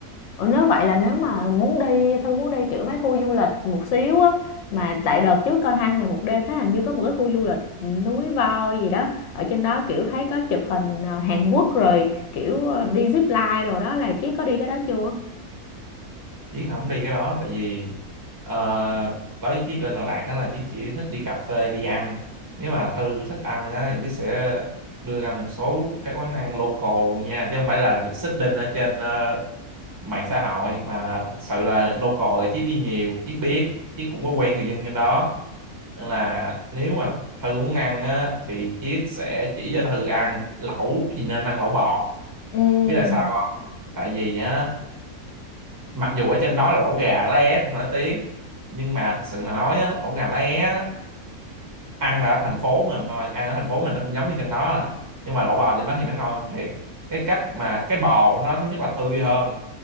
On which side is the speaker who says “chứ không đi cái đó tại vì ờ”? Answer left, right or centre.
Right